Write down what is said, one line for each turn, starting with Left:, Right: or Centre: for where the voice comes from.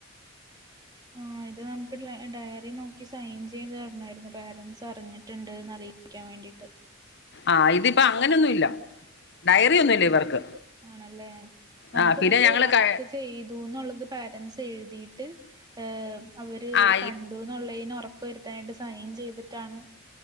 Right: ആ ഇത് നമുക്ക് ഡയറി നോക്കി സൈൻ ചെയ്ത് തരണമായിരുന്നു പേരൻസ് അറിഞ്ഞിട്ടുണ്ടെന്ന് അറിയിക്കാൻ വേണ്ടിയിട്ട്.
Left: ആഹ് ഇതിപ്പോ അങ്ങനൊന്നും ഇല്ല ഡയറി ഒന്നുമില്ല ഇവർക്ക്.
Right: ആണല്ലേ നമുക്ക്
Left: ആ പിന്നെ
Right: ന്നിട്ട്
Left: ഞങ്ങള്
Right: വർക്ക്
Left: ക
Right: ചെയ്തുന്നുള്ളത് പേരൻറ്സ് എഴുതിയിട്ട് ഏ അവര്
Left: ആ
Right: കണ്ടുന്നുള്ളൈന് ഒർപ്പ <unintelligible> സൈൻ ചെയ്ത്ട്ടാണ്